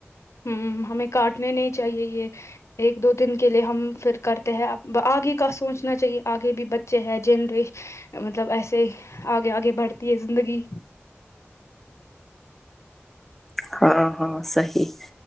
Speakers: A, on the left (about 90°); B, in the centre.
A: ہم ہمیں کاٹنے نہیں چاہیے یہ ایک دو دن کے لیے ہم پھر کر اب آگے کا سوچنا چاہیے آگے بھی بچے ہیں جنریش <unintelligible> ہ مطلب ایسے آگے آگے بڑھتی ہے زندگی
B: ہاں ہاں صحیح